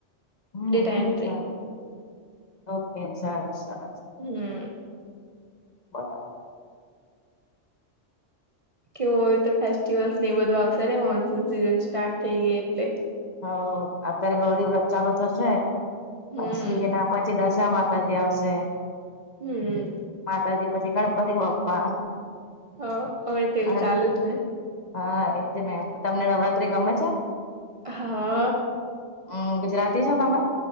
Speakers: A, on the left (about 45°); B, on the right (about 40°).
A: હમ
B: ડેટા
A: હમ
B: એન્ટ્રી.
A: સરસ. ઓકે, સારું-સારું.
B: હમ્મ.
A: બરાબ
B: કેવું હવે તો ફેસ્ટિવલ્સ ને એ બધું આવશે ને મોનસૂન સિઝન સ્ટાર્ટ થઈ ગઈ એટલે.
A: હોવ. અત્યારે ગૌરી વ્રત ચાલુ થશે,
B: હમ
A: પછી એના પછી દશામાં <unintelligible> આવશે.
B: હમ્મ.
A: માતાજી, પછી ગણપતિ બાપ્પા.
B: હા. હવે તો એવું
A: અને
B: ચાલુ જ નહીં!
A: હા એજ ને. તમને નવરાત્રી ગમે છે?
B: હા.
A: અહ ગુજરાતી છો તમે?